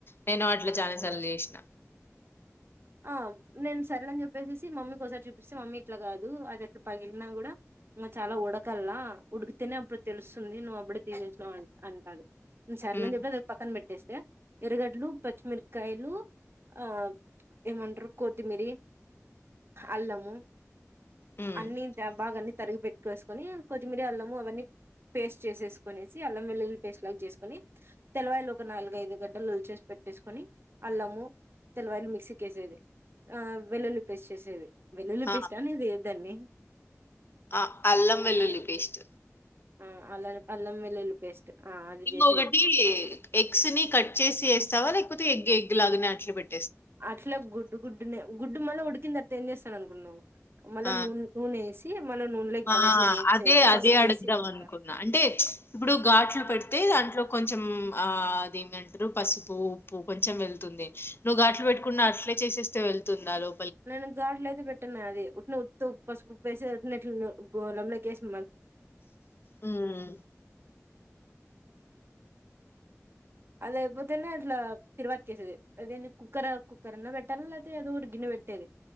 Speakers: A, on the left; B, on the right.
A: నేను వాటిల చాలా సార్లు చేసిన
B: ఆ నేను సరేలే అని చెప్పేసి మమ్మీకి ఒకసారి చూపిస్తే మమ్మీ ఇట్లా కాదు అది అట్ట పగిలిన కూడా ఇంకా చాలా ఉడకల్లా ఉడికితేనే అప్పుడు తెలుస్తుంది నువ్వు అప్పుడే తీసేసినావు అం అంటంది సర్లే
A: హ్మ్.
B: అని చెప్పే పక్కన పెట్టి ఎరగడ్లు పచ్చిమిరకాయలు ఆ ఏమంటారు కొత్తిమీరి అల్లము
A: హ్మ్.
B: అన్ని ద భాగా తరిగి పెట్ చేసుకుని కొత్తిమీర అల్లం అవ్వన్నీ పేస్ట్ చేసేసుకొనేసి అల్లం వెల్లుల్లి పేస్టు లాగా చేసుకుని తెల్లవాయిలు ఒక నాలుగైదు గడ్డలు ఒలిచేసి పెట్టేసుకొని అల్లము తెల్లవాయిలు మీక్ క్కేసేది ఆ వెల్లుల్లి పేస్ట్ చేసేది వెల్లుల్లి
A: ఆ!
B: పేస్ట్ అనిది దన్ని
A: ఆ అల్లం వెల్లుల్లి పేస్ట్
B: ఆ అల అల్లం వెల్లుల్లి పేస్ట్ ఆ అది
A: ఇంకొకటి
B: చేసేది
A: ఎగ్స్ ని కట్ చేసి వేస్తావా లేక్ కొతే ఎగ్ ఎగ్ లాగనే అట్లే పెట్
B: అట్లా గుడ్డు గుడ్డునే గుడ్డు మళ్ళ ఉడికినా తర్వాత ఏం చేస్తానుకున్నావు మల్ల
A: ఆ!
B: నూనె వేసి మళ్ళ నూనెలోకి
A: ఆ
B: మళ్ళీ ఇట్లా ఏంచేది
A: అదే అదే
B: పసుపు
A: అడుగుదాం
B: వేసి ఇదంతా
A: అనుకున్నా అంటే ఇప్పుడు ఘాట్లు పెడితే దా ట్లో కొంచెం ఆ అది ఏంటంటారు పసుపు ఉప్పు కొంచెం వెళ్తుంది నువ్వు గాట్లు పెట్కున్న అట్లే చేసేస్తే వెళ్తుందా లో
B: నేను గాట్లు అయితే పెట్టటిన అది ఉట్నో ఉత్తొ పసుపు, ఉప్పు గోలినంక ఏసి
A: ఉం
B: అదయిపోతేనే అట్లా తిరువాతికేసేది అదే కుక్కర్ కుక్కర అన్నా పెట్టాలా లేపోతే అదో ఒకటి గిన్నె పెట్టేది